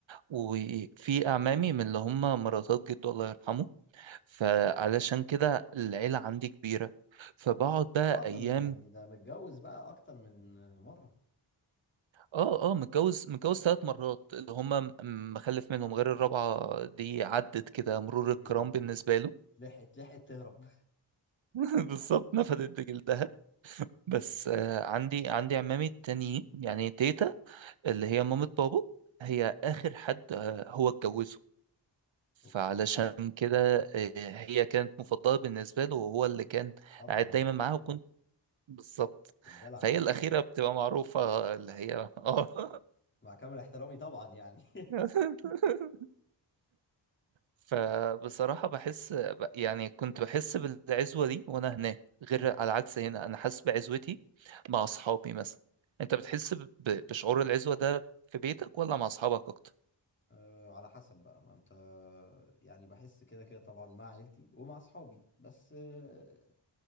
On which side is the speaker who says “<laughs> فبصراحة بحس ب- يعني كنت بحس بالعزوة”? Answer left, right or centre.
Right